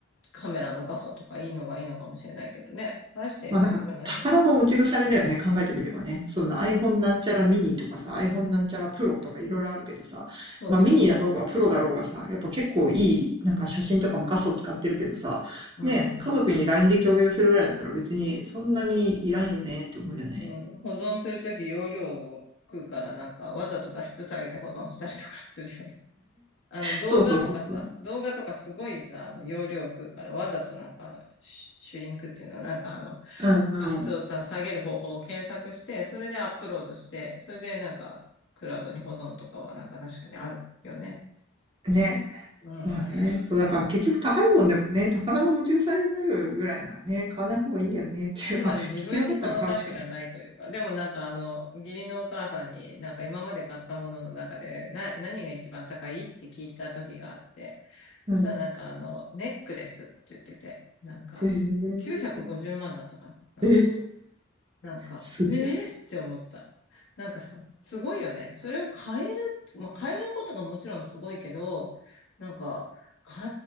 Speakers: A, on the left; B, on the right.
A: カメラの画素とかいいのがいいのかもしれないけどね。大して必要ないよ。
B: まあなんか、宝の持ち腐れだよね、考えてみればね。その iPhone なんちゃらミニとかさ、iPhone なんちゃらプロとかいろいろあるけどさ、
A: そうそ
B: まあミニだろうがプロだろうがさ、やっぱ結構いい、なんか写真とかも画素使ってるけどさ、
A: う。うん。
B: ね、家族に LINE で共有するぐらいだったら別にそんなにいらんよねって思うよね。
A: うん、保存するとき容量を食うからなんか、わざと画質下げて保存したりとかするよね。<laughs> あの、動画とかさ、
B: そうそうそうそう。
A: 動画とかすごいさ、あの、容量食うから、わざとなんかあの、シュシュリンクっていうの、なんかあの、
B: うんう
A: 画質をさ、下げる方法を検索して、それでアップロードして、それでなんか、クラウドに保存とかはなんか確かにあるよね。
B: ん。ね。
A: うん。
B: まあね、
A: なんかね
B: そうだから結局高いもんでもね、宝の持ち腐れになるぐらいならね、買わない方がいいんだよねって、
A: つまり自分にその価値がないというか、
B: まあ必要だったら買うしかない。
A: でもなんかあの、義理のお母さんになんか今まで買ったものの中で、な、何が一番高いって聞いた時があって、
B: うん。
A: そしたらなんかあの、ネックレスって言ってて、なんか、
B: へえ。
A: 950万だったかな。なんか
B: え
A: なんか、
B: すげえ。
A: えー、って思った。なんかさ、すごいよね。それを変える、まあ、変えることがもちろんすごいけど、なんか、か、